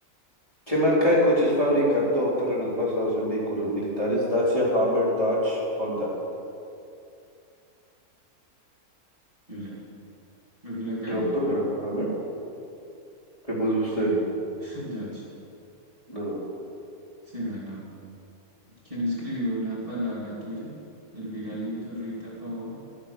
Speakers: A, on the left; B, on the right.
A: ¿Qué marca de coches fabrica todoterrenos basados en vehículos militares? Dacia, Hammer, Dodge, Honda.
B: Yo ya. Creo que la cagué.
A: Yo poner Hammer. ¿Qué puso usted?
B: Sí. <laughs> Dutch.
A: No,
B: Sí, no, ahí no. ¿Quién escribió una palabra tuya? Elvira Lindo, Rita Pavón,